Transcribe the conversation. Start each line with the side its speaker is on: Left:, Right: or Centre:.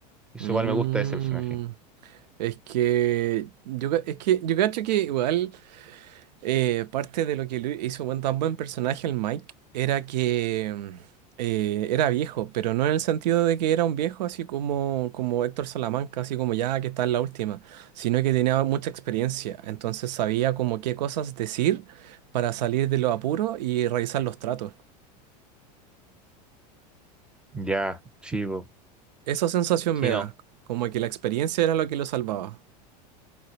Centre: Eso
Right: Mm.
Centre: igual me gusta de ese personaje.
Right: Es que yo, ca- es que yo cacho que igual Eh, parte de lo que lo hizo buen- tan buen personaje el Mike era que mm, eh, era viejo, pero no en el sentido de que era un viejo así como, como Héctor Salamanca, así como ya que está en la última, sino que tenía mucha experiencia, entonces sabía como qué cosas decir para salir de los apuros y realizar los tratos.
Centre: Ya, sí, po.
Right: Esa sensación
Centre: Sí,
Right: me
Centre: no.
Right: da, como que la experiencia era lo que lo salvaba.